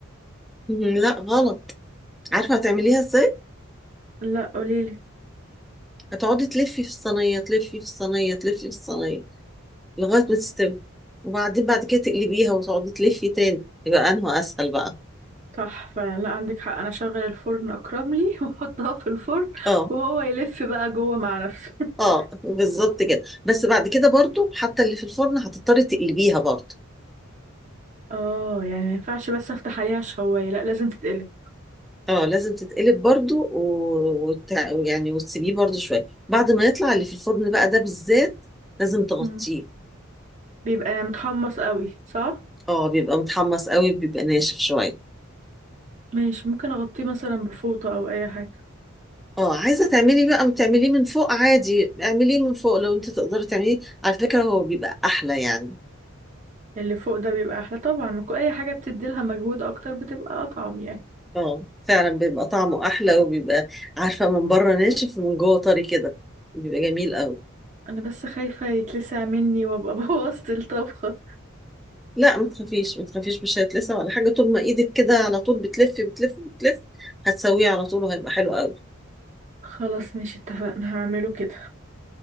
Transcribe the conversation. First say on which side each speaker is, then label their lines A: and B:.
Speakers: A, in the centre; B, on the right.
A: مم، لا غلط عارفة هتعمليها ازاي
B: لا قوليلي
A: هتقعدي تلفي في الصينية تلفي في الصينية تلفي في الصينية لغاية ما تستوي وبعدين بعد كده تقلبيها وتقعدي تلفي تاني يبقى انه اسهل بقى
B: صح فلا عندك حق انا اشغل الفرن اكرم لي <laughs> واحطها في الفرن
A: اه
B: وهو يلف بقى جوه مع نفسه <laughs>
A: اه بالظبط كده بس بعد كده برضو حتى اللي في الفرن هتضطري تقلبيها برضو
B: اه يعني ما ينفعش بس افتح عليها الشوايه لا لازم تتقلي
A: اه لازم تتقلب برضو و- وت... يعني وتسيبيه برضو شوية بعد ما يطلع اللي في الفرن بقى ده بالذات لازم تغطيه
B: مم. بيبقى يعني متحمص قوي صح
A: اه بيبقى متحمص قوي بيبقى ناشف شوية
B: ماشي ممكن اغطيه مثلا بفوطه او اي حاجه
A: اه عايزة تعملي بقى تعمليه من فوق عادي اعمليه من فوق لو انت تقدري تعمليه على فكرة هو بيبقى احلى يعني
B: اللي فوق ده بيبقى احلى طبعا وكو- اي حاجه بتدي لها مجهود اكتر بتبقى اطعم يعني
A: اه فعلا بيبقى طعمه احلى وبيبقى عارفه من بره ناشف ومن جوه طري كده بيبقى جميل قوي
B: انا بس خايفه يتلسع مني وابقى <laughs> بوظت الطبخه
A: لا ما تخافيش ما تخافيش مش هيتلسع ولا حاجه طول ما ايدك كده على طول بتلفي بتلفي بتلفي هتسويه على طول وهيبقى حلو قوي
B: خلاص ماشي اتفقنا هعمله كده